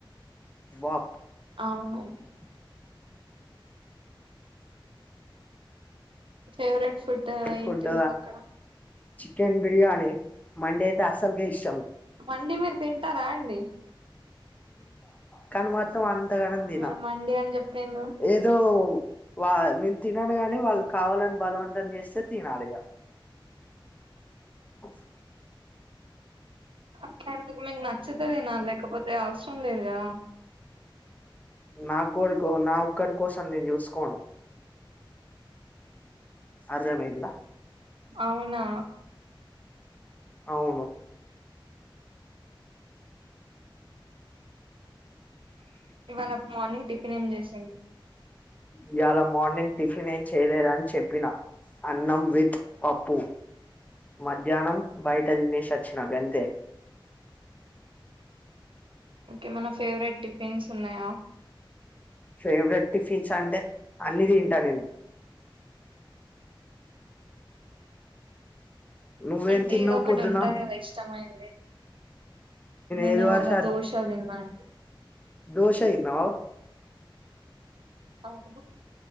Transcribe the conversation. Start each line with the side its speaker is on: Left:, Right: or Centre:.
Left: వా
Right: అవునండి ఫేవరెట్ ఫుడ్ ఏంటి
Left: ఫుడ్
Right: మీకు అక్కడ
Left: చికెన్ బిర్యానీ మండే అయితే అసల్కె ఇష్ట
Right: మండి మీరు తింటారా అండి
Left: కనీ మత్రం అంతకనం తిన్న
Right: మరి మండి అని చెప్పిండ్రు
Left: ఏదో వా నేను తినను గాని వాళ్ళు కావాలని బలవంతం చేస్తే తినాలి ఇగా అ
Right: అట్లా ఎందుకు మీకు నచ్చితే తినాలి లేకపోతే అవసరం లేదు కదా
Left: నా కోడికో నా ఒక్కడికోసం నేను చూసుకోను అర్ధం అయిందా
Right: అవునా?
Left: అవును
Right: ఇవాళ మార్నింగ్ టిఫిన్ ఏం చేసిండ్రు
Left: ఇయాల మార్నింగ్ టిఫిన్ ఏం చేయలేదు అని చెప్పినా అన్నం విత్ పప్పు మధ్యాహ్నం బయట తినేసి వచ్చిన గంతే
Right: ఓకే ఏమన్నా ఫేవరెట్ టిఫిన్స్ ఉన్నాయా
Left: ఫేవరెట్ టిఫిన్స్ అంటే అన్ని తింటా నేను నువ్వేం
Right: అంటే
Left: తిన్నావు
Right: ఏదో ఒకటి
Left: పొద్దున
Right: ఉంటది కదా ఇష్టమైనది నేను
Left: ఏది
Right: ఇవాళ
Left: వరస
Right: దోష తిన్నా అండి
Left: దోష తిన్నావా?
Right: అవును